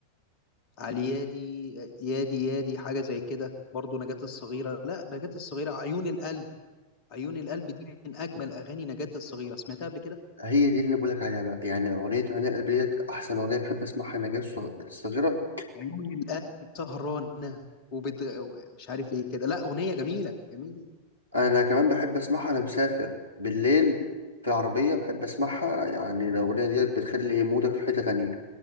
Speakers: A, on the left (about 40°); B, on the right (about 85°).
A: عليادي آه، يادي يادي حاجه زي كده برضو نجاة الصغيره لا نجاة الصغيره عيون القلب عيون القلب دي من اجمل اغاني نجاة الصغيره سمعتها قبل كده
B: هي دي اللي بقولك عليها بقى يعني أغنية عناء قلبي ديت أحسن أغنية بحب أسمعها أنا جاي الصغ- الصغيرة
A: عيون القلب سهرانة وبت... مش عارف ايه كده لا أغنية جميلة جميلة
B: أنا كمان بحب أسمعها أنا مسافر بالليل في العربية بحب أسمعها يعني الأغنية ديت بتخلي مودك في حتة تانية